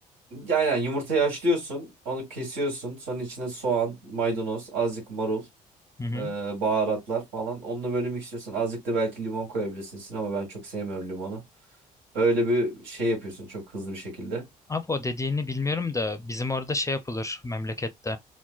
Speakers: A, on the right (about 75°); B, on the left (about 15°).
A: Aynen yumurtayı haşlıyorsun, onu kesiyorsun. Sonra içine soğan, maydanoz, azıcık marul,
B: Hı hı.
A: e, baharatlar falan. Onunla böyle mixliyorsun. Azıcık da belki limon koyabilirsin ama ben çok sevmiyorum limonu. Öyle bir şey yapıyorsun çok hızlı bir şekilde.
B: Abi o dediğini bilmiyorum da bizim orada şey yapılır memlekette.